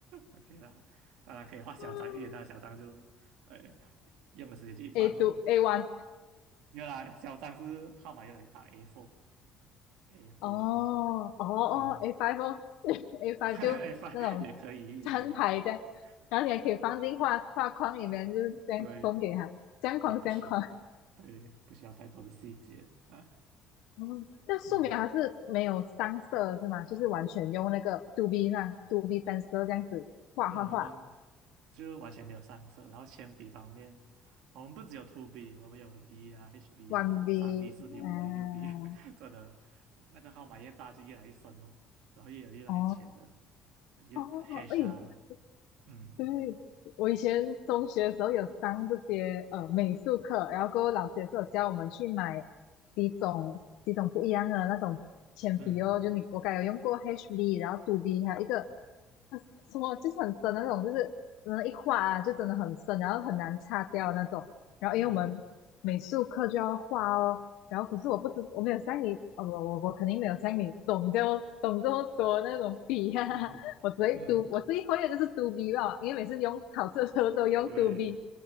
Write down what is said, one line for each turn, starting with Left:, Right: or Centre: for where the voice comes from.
Right: ，OK 啦，当然可以画小张一点，
Left: 嗯
Right: 但小张就呃用的时间就一般哦。
Left: A two A one，
Right: 原来小张是号码越来越大 a r a four，
Left: 哦哦哦，A
Right: 嗯
Left: five 哦 <laughs>，A five
Right: <laughs>
Left: 就那种
Right: a five 也可以，
Left: <laughs> 三排的，
Right: 也可以
Left: 然后你还可以放进画画框里面，
Right: 啊，
Left: 就是这样送给他，
Right: 所以
Left: 相框相框。
Right: 也不是，对，不需要太多的细节啊，
Left: 哦，那素描还是没有上色的是吗？
Right: 嗯
Left: 就是完全用那个 two B 那 two B pencil 这样子画画画
Right: 嗯，我们就完全没有上色，然后铅笔方面，我们不只有 two B，我们有 B 啊、HB
Left: ，one
Right: 啊、
Left: B，
Right: 三 B、四 B、五
Left: 嗯、
Right: B、六 B，<laughs> 真的那个号码越大就越来越深哦，然后也有越来越浅的，
Left: 哦
Right: 就黑啊，
Left: 哦，哎，
Right: 嗯
Left: 对，我以前中学的时候有上这些呃美术课，然后各位老师也是有教我们去买几种几种不一样的那种铅笔哦，
Right: 嗯。
Left: 就你我该有用过 HB，然后 2B，还有一个呃什么就是很深的那种，就是嗯一画啊就真的很深，然后很难擦掉的那种。然后因为我们美术课就要画哦，
Right: 嗯
Left: 然后可是我不知我没有像你，哦我我我肯定没有像你懂这么懂这么多那种笔啊，
Right: 嗯嗯，
Left: 我只会 do，我这一个月就是 do B 了，因为每次用考试的时候都用
Right: 对
Left: do B。